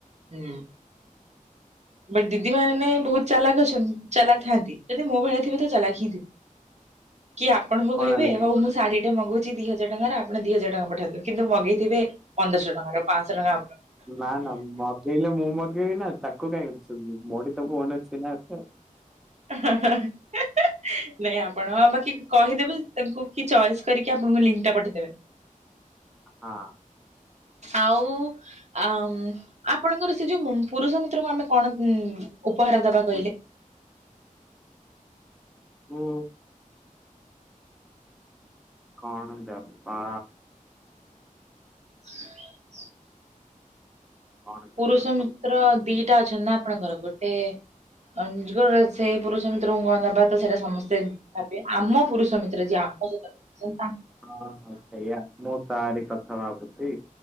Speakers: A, on the right; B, in the centre.
A: ହୁଁ। ବଟ ଦିଦି ମାନେ ବହୁତ ଚାଲାକ ଅଛନ୍ତି ଚାଲାକ ଥାଆନ୍ତି। ଯଦି ମୋ ଭଳିଆ ଥିବେ ତ ଚାଲାକ ହିଁ ଥିବେ। କି ଆପଣଙ୍କୁ
B: କଣ
A: କହିବେ
B: ହେଲା କି?
A: ହଉ ମୁଁ ଶାଢୀ ଟା ମଗଉଛି ଦି ହଜାର ଟଙ୍କାର ଆପଣ ଦି ହଜାର ଟା ପଠାନ୍ତୁ। କିନ୍ତୁ ମଗେଇଥିବେ ପନ୍ଦରଶ ଟଙ୍କାର ପାଶହ ଟଙ୍କା ଆମର।
B: ନା ନା ମଗେଇଲେ ମୁଁ ମଗେଇବ ନା, ତାକୁ କାହିଁ ଛାଡ଼ିବି ମୋଠି ତ ଫୋନ ଅଛି ନା ଏବେ।
A: <unintelligible> ନାଇଁ ଆପଣ ବାକି କହିଦେବେ ତାଙ୍କୁ କି ଚଏସ୍ କରିକି, ଆପଣଙ୍କୁ ଲିଙ୍କ ଟା ପଠେଇଦେବେ। <inaudible>
B: ହଁ।
A: ଆଉ ଆମ୍ ଆପଣଙ୍କର ସେ ଯୋଉ ମୁ ପୁରୁଷ ମିତ୍ରଙ୍କୁ, ଆମେ କଣ ଉପହାର ଦବା କହିଲେ?
B: ହୁଁ। କଣ ଦବା
A: <inaudible>
B: କଣ
A: ପୁରୁଷ
B: ଦବା
A: ମିତ୍ର ଦିଟା ଅଛନ୍ତି ନା ଆପଣଙ୍କର ଗୋଟେ <unintelligible> ସେଇ ପୁରୁଷ ମିତ୍ରଙ୍କୁ କଣ ଦେବା ତ ସେଇଟା ସମସ୍ତେ ଭାବିବେ ଆମ ପୁରୁଷ ମିତ୍ର ଯିଏ ଆମ ଜଛନ୍ତି ତାଙ୍କ
B: ହଁ ହଁ ସେଇଆା। ମୁଁ ତାରି କଥା ଭାବୁଛି